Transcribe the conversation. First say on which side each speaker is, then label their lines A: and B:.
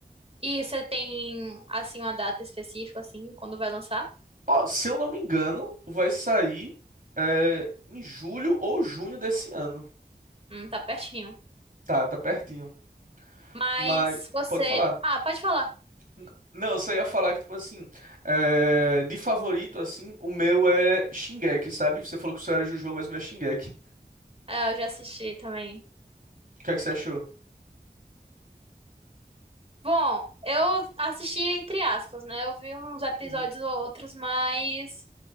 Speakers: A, on the right; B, on the right.
A: E você tem, assim, uma data específica, assim, quando vai lançar?
B: Ó, se eu não me engano, vai sair é, em julho ou junho desse ano.
A: Hum, tá pertinho.
B: Tá, tá pertinho.
A: Mas
B: Mas,
A: você.
B: pode falar.
A: Ah, pode falar.
B: N- Não, eu só ia falar que, tipo assim, é, de favorito, assim, o meu é Shingeki, sabe? Você falou que o seu era Jojo, mas o meu é Shingeki.
A: É, eu já assisti também.
B: O que é que você achou?
A: Bom, eu assisti entre aspas, né? Eu vi uns episódios
B: Uhum.
A: ou outros, mas